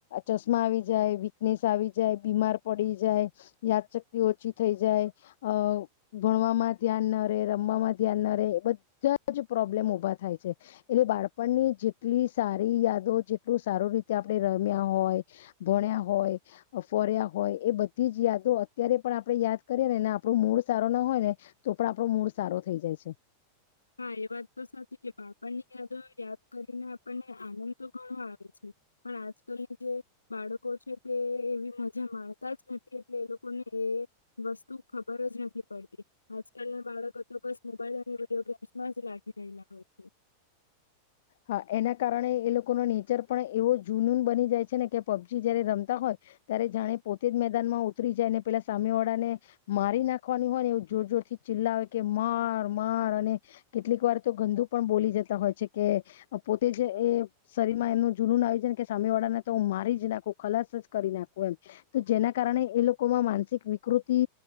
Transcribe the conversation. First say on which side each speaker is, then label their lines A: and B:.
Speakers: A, on the left; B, on the left.
A: ચશ્મા આવી જાય, વીકનેસ આવી જાય, બીમાર પડી જાય, યાદશક્તિ ઓછી થઈ જાય અ ભણવામાં ધ્યાન ન રે, રમવામાં ધ્યાન ન રે, બધા પછી પ્રોબ્લેમ ઊભા થાય છે. એટલે બાળપણની જેટલી સારી યાદો જેટલું સારું રીતે આપણે રમ્યા હોય, ભણ્યા હોય, ફર્યા હોય એ બધી જ યાદો અત્યારે પણ આપણે યાદ કરીએ ને એના આપડો મૂડ સારો ના હોય ને તો પણ આપણો મૂડ સારો થઈ જાય છે.
B: હા એ વાત તો સાચી કે બાણપણની યાદો યાદ કરીને આપણને આનંદ તો ઘણો આવે પણ આજ એ લોકો જે બાળકો છે તે એવી મજા માણતા જ નથી એટલે એ લોકોને એ વસ્તુ ખબર જ નથી પડતી. આજકાલ ના બાળકો તો બસ મોબાઈલ અને <inaudible>
A: હા એના કારણે એ લોકોનો નેચર પણ એવો જુનૂન બની જાય છે ને કે પબજી જયારે રમતા હોય ત્યારે જાણે પોતે જ મેદાનમાં ઉતરી જાય ને પેલા સામે વાળાને મારી નાખવાની હોય ને એવું જોર જોર થી ચિલ્લા કે માર માર અને કેટલીક વાર તો ગંદુ પણ બોલી જતા હોય છે કે પોતે જ એ શરીરમાં એમનું જુનન આવી છે કે સામે વાળાને તો મારી જ નાખું, ખલાસ જ કરી નાખું એમ. તો જેના કારણે એ લોકોમાં માનસિક વિકૃતિ